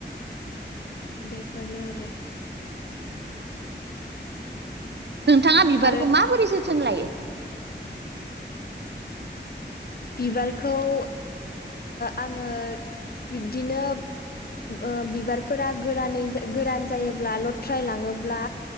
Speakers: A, on the left; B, on the right.
A: बेफोरारनो आरो आरो।
B: नोंथाङा बिबारखौ
A: आरो
B: माबोरै जोथोन लायो?
A: बिबारखौ ओ आङो बिब्दिनो ओ बिबारफोरा गोरानै गोरान जायोब्ला लथ्राय लाङोब्ला